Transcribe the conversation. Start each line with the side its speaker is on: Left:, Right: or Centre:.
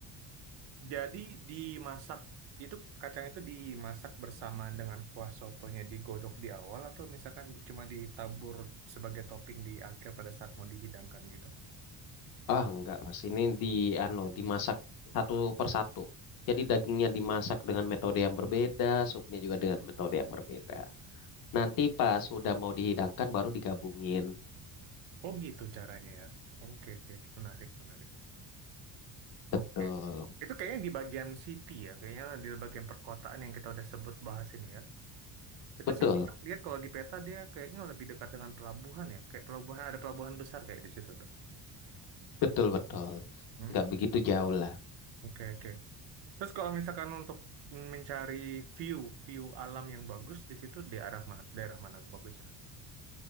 Right: Jadi dimasak itu kacang itu dimasak bersamaan dengan kuah sotonya digodok di awal atau misalkan di- cuma ditabur sebagai topping di akhir pada saat mau dihidangkan gitu.
Left: Ah, enggak, Mas. Ini di ano, dimasak satu persatu. Jadi dagingnya dimasak dengan metode yang berbeda, supnya juga dengan metode yang berbeda. Nanti pas sudah mau dihidangkan baru digabungin.
Right: Oh gitu caranya ya. Oke oke menarik menarik.
Left: Betul,
Right: Oke. Itu kayaknya di bagian city ya, kayaknya di bagian perkotaan yang kita udah sebut bahas ini ya. Itu
Left: betul,
Right: saya di- lihat kalau di peta dia kayaknya lebih dekat dengan pelabuhan ya, kayak pelabuhan ada pelabuhan besar kayak di situ tuh.
Left: betul, betul.
Right: Hmm,
Left: Nggak begitu jauh lah.
Right: Oke oke. Terus kalau misalkan untuk mencari view view alam yang bagus di situ di arah mana daerah mana bagusnya?